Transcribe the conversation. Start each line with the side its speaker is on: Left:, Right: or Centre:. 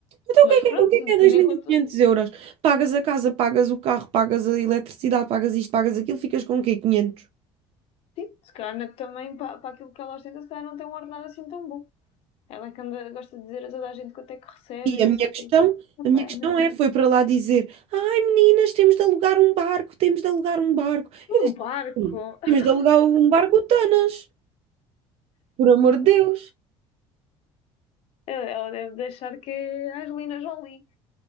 Right: Então
Left: Mas
Right: o que é que
Left: pronto,
Right: é, o que é que é 2.500
Left: tendo em conta,
Right: euros? Pagas a casa, pagas o carro, pagas a eletricidade, pagas isto, pagas aquilo, ficas com o quê? quinhentos
Left: tipo, se calhar também para, para aquilo que ela ostenta, se calhar não tem um ordenado assim tão bom. Ela é que anda, gosta de dizer a toda a gente quanto é que recebe
Right: E
Left: e não
Right: a minha
Left: sei
Right: questão,
Left: o quê. Epá,
Right: a minha questão
Left: não.
Right: é, foi para lá dizer, ai meninas, temos de alugar um barco, temos de alugar um barco.
Left: Um
Right: Eu disse,
Left: barco!
Right: "Sim,
Left: <laughs>
Right: temos de alugar um barco Tanas, por amor de Deus.
Left: Ela, deve deixar que é a Angelina Jolie.